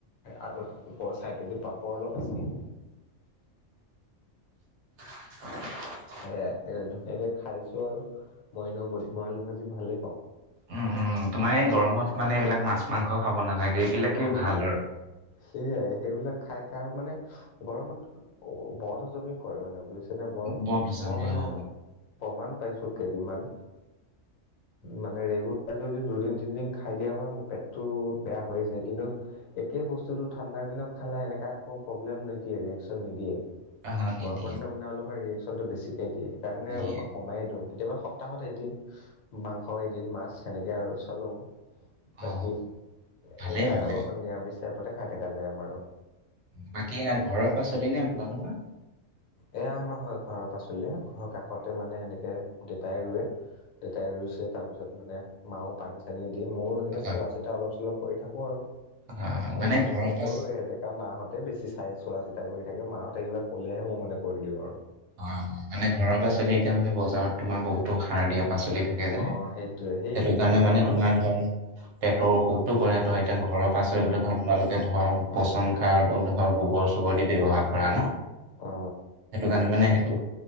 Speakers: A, on the left; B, on the right.
A: আৰু ওপৰৰ ছাইডেদি পাপৰ অলপ আছিল।
B: <unintelligible>
A: সেইয়াই, এটিয়া ধুনীয়াকে খাইছো আৰু, মই এনেও বডিমাহ আলু ভাজি ভালেই পাওঁ।
B: উম উম তোমাৰ এই গৰমত মানে এইবিলাক মাছ মাংস খাব নালাগে, এইবিলাকেই
A: অ
B: ভাল আৰু।
A: সেইয়াই, সেইবিলাক খাই কাৰো মানে গৰমত বধ হজমি কৰে মানে বুজিছেনে বৰ?
B: বনজামে
A: মই মানে
B: অ
A: প্ৰমাণ পাইছো কেইদিনমান। মানে ৰেগুলাৰ যদি দুদিন তিনদিন খাই দিয়া হয়, মোৰ পেটটো বেয়া হৈ যায়। কিন্তু একেই বস্তুটো ঠাণ্ডাৰ দিনত খালে এনেকা একো প্ৰব্লেম নিদিয়ে ৰিয়েকশ্যন নিদিয়ে।
B: অ নিদিয়ে
A: গৰমৰ দিনত মানে অলপমান ৰিয়েকচনটো বেছিকে দিয়ে, সেইকাৰণে
B: নিদিয়ে
A: অলপমান কমাই দিওঁ। কেতিয়াবা সপ্তাহত এদিন মাংস এদিন মাছ সেনেকে আৰু চলো।
B: অ
A: বাকী
B: ভালেই
A: এইয়া
B: ভালেই
A: অলপমান নিৰামিষ টাইপতে খাই থকা যায় আমাৰো।
B: বাকী ঘৰৰ পাচলি নে আপোনালোকৰ?
A: এইয়া আমাৰ হয় ঘৰৰ পাচলিয়ে, ঘৰৰ কাষতে মানে সেনেকে দেউতাই ৰোৱে দেউতাই ৰুইছে, তাৰপিছত মানে মাও পানী চানী দিয়ে, ময়ো এনেকে
B: হয়
A: চোৱা চিতা অলপ চলপ কৰি থাকোঁ আৰু।
B: হয়
A: মোৰ
B: মানে
A: বাৰুতে
B: ঘৰৰ
A: নকৰোৱে
B: পাচ
A: সিহ'তে। মাহঁতে বেছি চাই চোৱা চিতা কৰি থাকে মাহঁতে কিবা ক'লেহে মই মানে কৰি দিওঁ আৰু।
B: অ' মানে ঘৰৰ পাচলি, এতিয়া মানে বজাৰত তোমাৰ বহুতো সাৰ দিয়া পাচলি থাকে থাকে
A: অ
B: যে। সেইটো
A: সেইটোৱে সেই সেইকাৰণে
B: কাৰণে মানে
A: আমাৰ
B: তোমাৰ ধৰ পেটৰ অসুখটো কৰে, ধৰ এতিয়া ঘৰৰ পাচলিটো
A: অ
B: ধৰ তোমালোকে ধৰা পচন সাৰটো ধৰ গোৱৰ চোৱৰ দি ব্যৱহাৰ কৰা ন?
A: অ
B: আমি মানে সেইটো